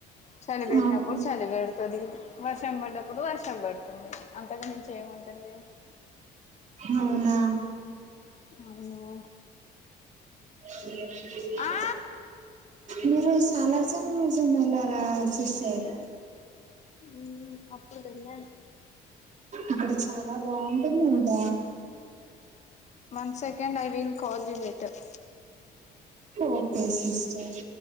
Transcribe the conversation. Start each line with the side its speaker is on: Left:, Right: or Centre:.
Left: చలి బెట్టినప్పుడు
Right: అవు
Left: చలి బెడ్తది. వర్షం బడ్డప్పుడు వర్షం బడుతుంది అంతకు మించి ఏముంటుంది
Right: అవునా
Left: అవును
Right: <inaudible>
Left: ఆ
Right: మీరు సాలార్ జంగ్ మ్యూజియం యెళ్ళారా సిస్టర్
Left: ఉమ్ అప్పుడు వేళ్లాను
Right: అక్కడ చాలా బాగుంటుందంట
Left: one second I will call you later
Right: okay sister